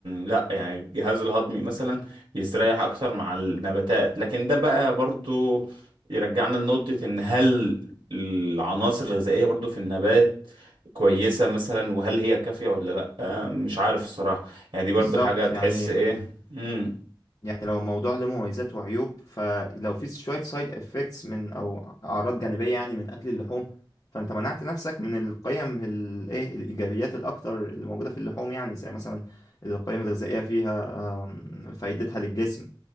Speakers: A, on the right; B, on the left.
A: لا يعني الجهاز الهضمي مثلا بيستريح اكتر مع النباتات لكن ده بقى برضو يرجعنا لنقطه ان هل العناصر الغذائيه برضو في النبات كويسة مثلا وهل هي كافية ولا لأ آه، مش عارف الصراحة يعني دي
B: بالظبط
A: برضو حاجة تحس
B: يعني
A: إيه مم.
B: يعني لو الموضوع له مميزات وعيوب فلو في شوية سايد افكتس من او اعراض جانبية يعني من اكل اللحوم فانت منعت نفسك من القيم الايه الايجابيات الاكتر اللي موجودة في اللحوم يعني زي مثلا القيم الغذائية فيها آم، فايدتها للجسم